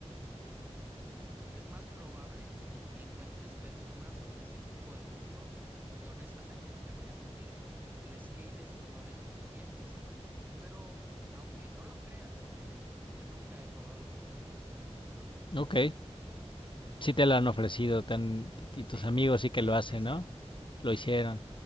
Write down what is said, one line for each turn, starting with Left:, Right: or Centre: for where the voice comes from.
Right: Es más probable que encuentres personas con ese tipo de gusto y honestamente, no te voy a mentir, el skate es uno de esos ambientes. Pero aunque no lo creas, <laughs> yo nunca he probado la marihuana.
Left: Ok, sí
Right: Ajá.
Left: te lo han ofrecido, te han- y
Right: Sí,
Left: tus amigos sí
Right: sí,
Left: que lo hacen,
Right: sí, sí,
Left: ¿no? Lo
Right: sí,
Left: hicieron.